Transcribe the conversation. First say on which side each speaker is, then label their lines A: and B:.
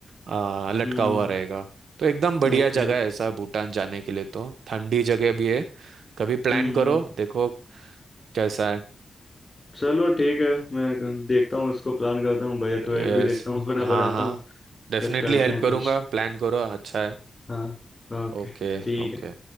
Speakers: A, on the right; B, on the left.
A: आ, लटका
B: हम्म
A: हुआ रहेगा तो एकदम बढ़िया
B: ओके
A: जगह है ऐसा भूटान जाने के लिए तो ठंडी जगह भी है कभी प्लान
B: हम्म
A: करो देखो कैसा है
B: चलो ठीक है मैं क- देखता हूँ इसको प्लान करता हूँ बजट वजट
A: यस
B: भी देखता हूँ <laughs> अपना
A: हाँ
B: बनाता
A: हाँ
B: हूँ
A: डेफिनेटली
B: फिर करते
A: हेल्प
B: हैं
A: करूंगा
B: कुछ
A: प्लान करो अच्छा है
B: हाँ ओके
A: ओके
B: ठीक
A: ओके
B: है